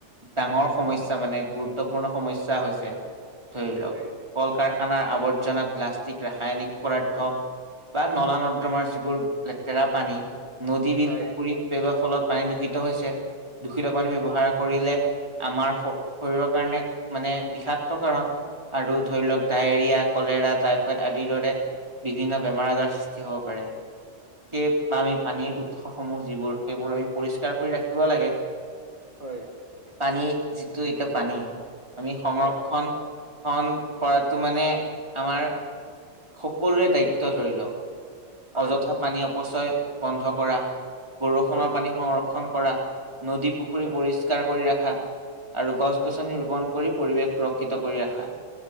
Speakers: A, on the right; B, on the right.
A: ডাঙৰ সমস্যা মানে গুৰুত্বপূৰ্ণ সমস্যা হৈছে। ধৰি লওক
B: হয়
A: কল-কাৰ খানাৰ আৱৰ্জনা প্লাষ্টিক ৰাসায়নিক পদাৰ্থ। বা নলা নৰ্দমাৰ যিবোৰ লেতেৰা পানী। নদী বিল
B: হয়
A: পুখুৰীত পেলোৱাৰ ফলত পানী দূষিত হৈছে। দূষিত পানী
B: হয়
A: ব্যৱহাৰ কৰিলে। আমাৰ শ শৰীৰৰ কাৰণে মানে বিষাক্ত কাৰণ। আৰু ধৰি লওক
B: হয়
A: ডায়েৰিয়। কলেৰা টাইফইড আদিৰ দৰে বিভিন্ন বেমাৰ আজাৰ সৃষ্টি হ'ব পাৰে। সেই
B: হয়
A: বা আমি পানীৰ উৎসসমূহ যিবোৰ সেইবোৰ আমি পৰিষ্কাৰ কৰি ৰাখিব লাগে।
B: হয়।
A: পানী যিটো এতিয়া পানী আমি সংৰক্ষণ।
B: হয়
A: ন কৰাতো মানে আমাৰ সকলোৰে দায়িত্ব ধৰি লওক।
B: হয়
A: অযথা পানী অপচয় বন্ধ কৰা বৰষুণৰ
B: হয়
A: পানী সংৰক্ষণ। কৰা নদী পুখুৰী
B: হয়
A: পৰিষ্কাৰ কৰি ৰাখা। আৰু গছ-গছনি
B: হয়
A: ৰোপন কৰি পৰিৱেশ সুৰক্ষিত কৰি ৰাখা।